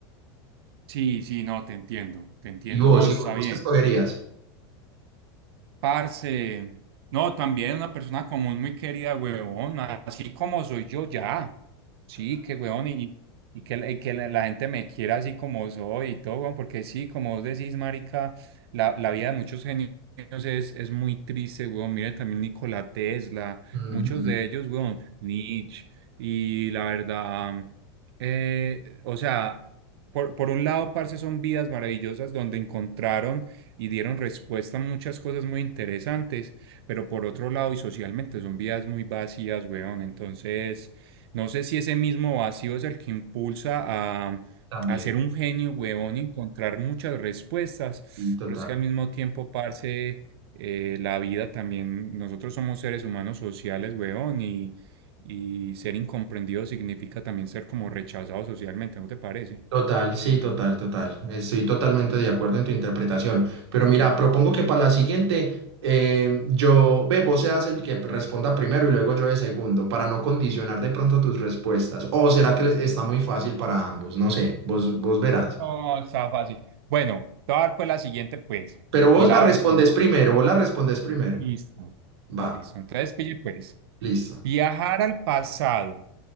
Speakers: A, on the right; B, on the right.
A: Sí, sí, no, te entiendo, te entiendo.
B: ¿Y vos?
A: No,
B: ¿Y
A: está
B: vos, vos
A: bien.
B: qué escogerías?
A: Parce, no, también una persona común muy querida, huevón, así como soy yo ya. Sí, que huevón, y, y que, la- y que la, la gente me quiera así como soy y todo, huevón, porque sí, como vos decís, marica, la, la vida de muchos genios es, es muy triste, huevón. Mire también Nikola Tesla,
B: Ujú,
A: muchos de ellos, huevón, Nietzsche, y la verdad, eh, o sea, por, por un lado, parce, son vidas maravillosas donde encontraron y dieron respuesta a muchas cosas muy interesantes, pero por otro lado y socialmente son vidas muy vacías, weón. Entonces, no sé si ese mismo vacío es el que impulsa a,
B: También,
A: a ser un genio, weón, y encontrar muchas respuestas,
B: y total.
A: pero es que al mismo tiempo, parce, eh, la vida también, nosotros somos seres humanos sociales, weón, y, y ser incomprendido significa también ser como rechazado socialmente, ¿no te parece?
B: Total, sí, total, total. Estoy totalmente de acuerdo en tu interpretación. Pero mira, propongo que para la siguiente, eh, yo, ve, vos seas el que responda primero y luego yo de segundo, para no condicionar de pronto tus respuestas. O será que les está muy fácil para ambos, no sé, vos, vos verás.
A: No, está fácil. Bueno, te voy a dar pues la siguiente, pues,
B: Pero vos
A: y la
B: la
A: voy
B: respondes
A: a responder.
B: primero, vos la respondes primero.
A: Listo.
B: Va,
A: Listo. Entonces, pille, pues,
B: listo.
A: viajar al pasado